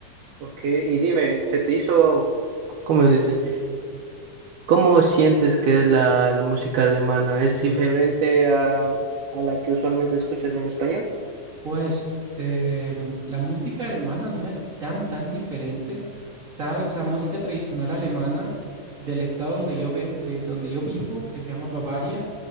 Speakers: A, on the right (about 75°); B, on the right (about 55°).
A: ok. Y dime, ¿se te hizo, cómo se dice? ¿Cómo sientes que es la, la música alemana? ¿Es diferente a, a la que usualmente escuchas en español?
B: Pues
A: Pues,
B: em, la música alemana no es tan, tan diferente, ¿sabes? O sea, música tradicional alemana del estado donde yo ven, de donde yo vivo, que se llama Bavaria,